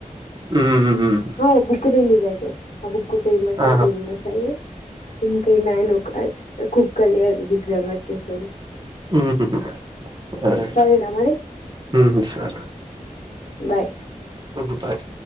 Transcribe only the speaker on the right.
హ్మ్
ఆహా
హుహ్మ్ సరే
హుహ్మ్ సరే
ఉహు బాయ్